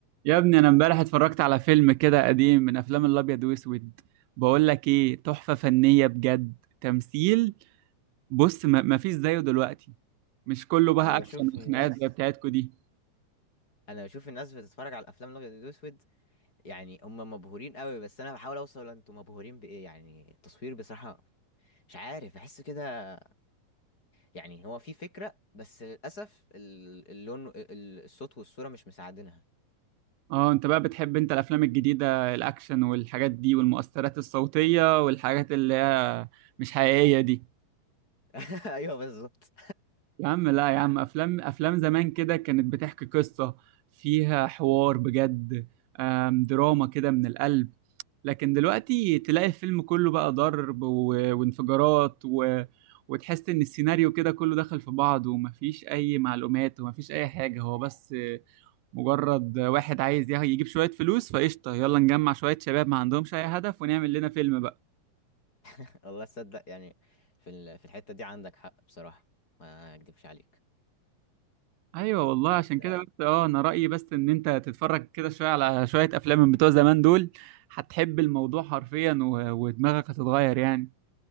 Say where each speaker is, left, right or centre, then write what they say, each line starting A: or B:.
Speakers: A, on the right; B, on the left.
A: يا ابني انا امبارح اتفرجت على فيلم كده قديم من افلام الابيض واسود بقول لك ايه تحفة فنية بجد تمثيل بص ما ما فيش زيه دلوقتي مش كله بقى
B: انا بشوف
A: اكشن
B: الناس
A: وخناقات زي بتاعتكو دي
B: انا بشوف الناس بتتفرج على الافلام الابيض والاسود يعني هم مبهورين قوي بس انا بحاول اوصل انتوا مبهورين بايه يعني التصوير بصراحه مش عارف بحس كده يعني هو في فكره بس للاسف ال- اللون ال- الصوت والصوره مش مساعدينها
A: اه انت بقى بتحب انت الافلام الجديدة الاكشن والحاجات دي والمؤثرات الصوتية والحاجات اللي هي مش حقيقية دي
B: <laughs> ايوه بالظبط
A: يا عم لا يا عم افلام افلام زمان كده كانت بتحكي قصة فيها حوار بجد آم، دراما كده من القلب لكن دلوقتي تلاقي الفيلم كله بقى ضرب و... وانفجارات و... وتحس ان السيناريو كده كله دخل في بعض ومفيش اي معلومات ومفيش اي حاجة هو بس مجرد واحد عايز يه- يجيب شوية فلوس فقشطة يلا نجمع شوية شباب ما عندهمش اي هدف ونعمل لنا فيلم بقى
B: <laughs> والله تصدق يعني في ال- في الحته دي عندك حق بصراحه ما اكدبش عليك
A: ايوه والله عشان
B: أنت
A: كده بس اه انا رأيي بس ان انت تتفرج كده شوية على شوية افلام من بتوع زمان دول هتحب الموضوع حرفيا و... ودماغك هتتغير يعني